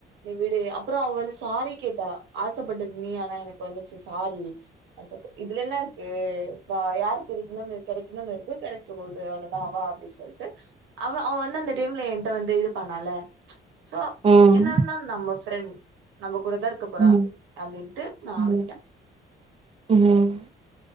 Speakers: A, on the right; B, on the right.
A: நீ விடு அப்றொ அவ வந்து சாரி கேட்டா ஆசப்பட்டது நீ ஆனா எனக்கு வந்துச்சு சாரி அடி சொல்ட்டு இதுலென்னருக்கு வா யாருக்கு இருக்கணுன் கெடைக்கன் இருக்கொ கெடைக்கபோது அவ்ளதா வா அப்டி சொல்ட்டு அவ அவ வந்து அந்த டைம்ல ஏன்ட்ட வந்து இது பண்ணால சோ
B: ம்.
A: என்ன இருந்தாலு நம்ம ஃப்ரண்ட் நம்ப கூடதா இருக்க போறா
B: ம்.
A: அப்டின்ட்டு நா
B: ம்.
A: விட்டே
B: ம்.